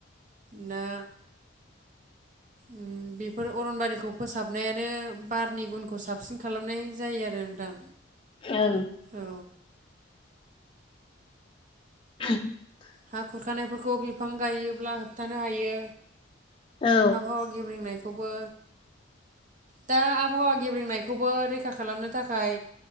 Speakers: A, on the right (about 40°); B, on the left (about 25°).
A: दा उम बेफोर अरनबारिखौ फोसाबनायानो बारनि गुनखौ साबसिन खालामनाय जायो आरो नोंथां।
B: ओम
A: औ
B: <inaudible>
A: हा खुरखानायफोरखौ बिफां गायोब्ला होबथानो हायो।
B: औ
A: आबहावा गेब्रेंनाय खौबो दा आबहावा गेब्रेंनायखौबो रैखा खालामनो थाखाय